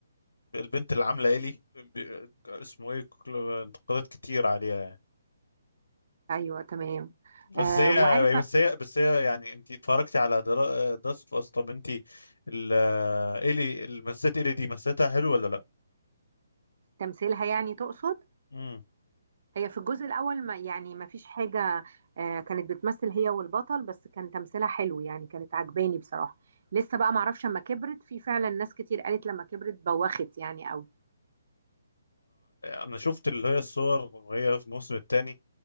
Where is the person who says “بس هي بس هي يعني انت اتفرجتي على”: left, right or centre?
Left